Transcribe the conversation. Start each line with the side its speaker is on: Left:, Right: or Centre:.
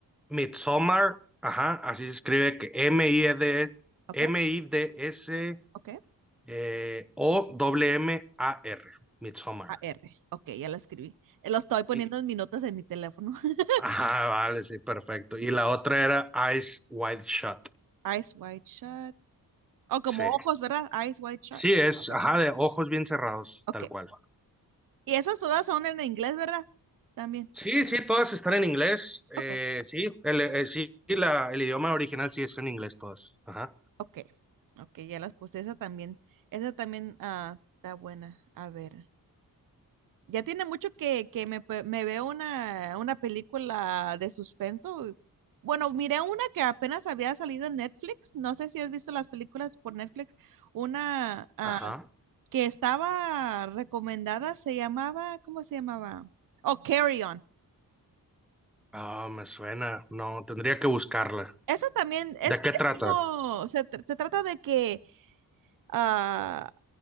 Centre: Midsommar, ajá, así se escribe que M-I-D,
Right: ok,
Centre: M-I-D-S.
Right: ok,
Centre: eh, o W-M-A-R, Midsommar.
Right: A-R, ok, ya la escribí. Lo estoy poniendo
Centre: Y-
Right: en mis notas en mi teléfono. <laughs>
Centre: ajá, vale, sí, perfecto. Y la otra era Eyes Wide Shut.
Right: Eyes Wide Shut. O como
Centre: Sí.
Right: ojos, ¿verdad? Eyes wide shut.
Centre: Sí, es,
Right: Ok.
Centre: ajá, de ojos bien cerrados,
Right: Ok.
Centre: tal cual.
Right: Y esas todas son en inglés, ¿verdad? También.
Centre: Sí, sí, todas están en inglés. eh,
Right: Ok.
Centre: sí, el, eh, sí, la- el idioma original sí es en inglés todas. Ajá,
Right: Ok. Ok, ya las puse. Esa también. Esa también ah, está buena. A ver. Ya tiene mucho que, que me, pe- me veo una, una película de suspenso. y- Bueno, miré una que apenas había salido en Netflix. No sé si has visto las películas por Netflix. Una ah,
Centre: ajá.
Right: que estaba recomendada se llamaba, ¿cómo se llamaba? Oh, Carry On.
Centre: Ah, me suena. No, tendría que buscarla.
Right: Eso también es,
Centre: ¿De qué
Right: es
Centre: trata?
Right: como, se, tr- se trata de que ah,